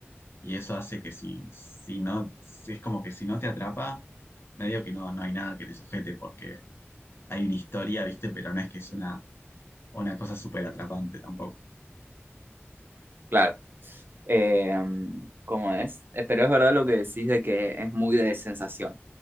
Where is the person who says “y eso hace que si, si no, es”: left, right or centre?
Left